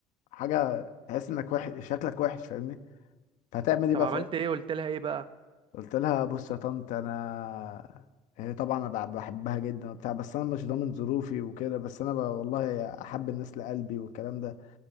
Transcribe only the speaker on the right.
طب
عملت ايه قلت لها ايه بقى